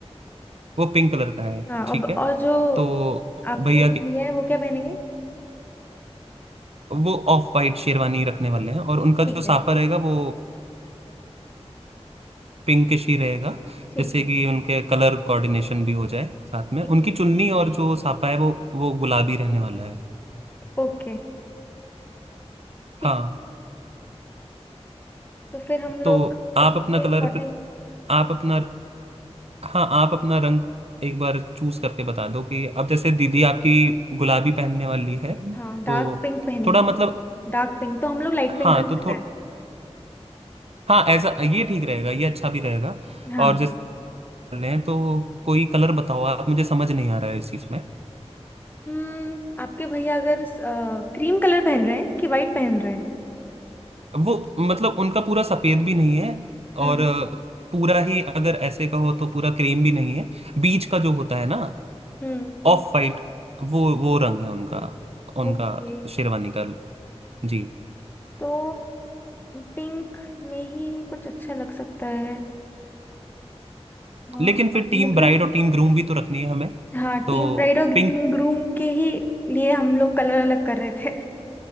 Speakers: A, on the right; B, on the left.
A: वो पिंक कलर का है
B: हाँ और,
A: ठीक
B: और
A: है
B: जो
A: तो
B: आपके
A: भैया
B: जो भैया
A: की
B: है वो क्या पहनेंगे
A: वो ऑफ वाइट शेरवानी रखने वाले हैं और उनका
B: ठीक
A: जो साफा
B: है
A: रहेगा वो पिंकिश ही रहेगा
B: ठीक
A: जैसे
B: है
A: कि उनके कलर कोऑर्डिनेशन भी हो जाए साथ में
B: ठीक
A: उनकी
B: है
A: चुन्नी और जो साफा है वो वो गुलाबी रहने वाला है
B: ओके ठीक
A: हाँ
B: है। तो फिर हम लोग
A: तो आप
B: उसके
A: अपना कलर
B: अकॉर्डिंग
A: आप अपना हाँ आप अपना रंग एक बार चूज करके बता दो कि अब जैसे दीदी आपकी गुलाबी पहनने वाली है
B: हाँ डार्क
A: तो
B: पिंक पहनेंगे
A: थोड़ा मतलब
B: डार्क पिंक तो हम लोग लाइट
A: हाँ
B: पिंक कर
A: तो थो
B: रहे हैं
A: हाँ ऐसा ये ठीक रहेगा ये अच्छा भी रहेगा
B: हाँ
A: और जैसे कर रहे हैं तो कोई कलर बताओ आप मुझे समझ नहीं आ रहा है इस चीज में
B: हम्म आपके भैया अगर क्रीम कलर पहन रहे हैं कि वाइट पहन रहे हैं
A: वो मतलब उनका पूरा सफेद भी नहीं है
B: हम्म
A: और अ, पूरा ही अगर ऐसे कहो तो पूरा क्रीम भी नहीं है बीच का जो होता है ना
B: हम्म
A: ऑफ वाइट वो वो रंग है उनका उनका
B: ओके
A: शेरवानी का जी
B: तो पिंक में ही कुछ अच्छा लग सकता है हाँ,
A: लेकिन फिर टीम
B: मुझे
A: ब्राइड और टीम ग्रूम भी तो रखनी है हमें
B: हाँ
A: तो
B: टीम प्राइड और
A: पिंक
B: टीम ग्रूम के ही लिए हम लोग कलर अलग कर रहे थे